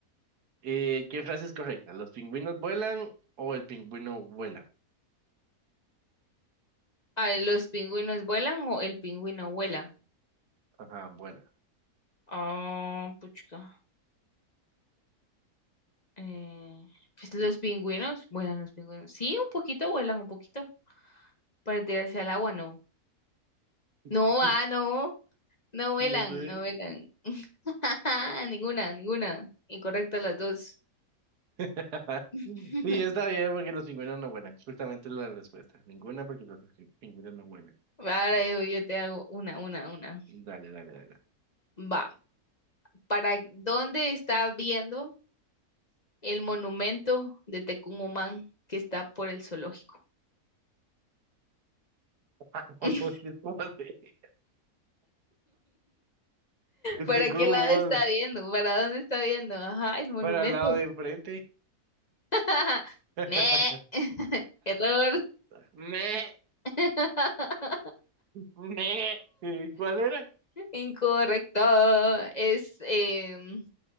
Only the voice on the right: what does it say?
Eh, ¿qué frase es correcta? ¿Los pingüinos vuelan o el pingüino vuela?
Ajá, vuela.
<laughs>
No sé.
<laughs>
Sí, está bien porque los pingüinos no vuelan. Justamente la respuesta. Ninguna porque los pi- pingüinos no vuelan.
Dale, dale, dale.
<laughs>
Después
de Google
Maps
para el lado de enfrente.
<laughs>
Me,
me. ¿Y ¿Cuál era?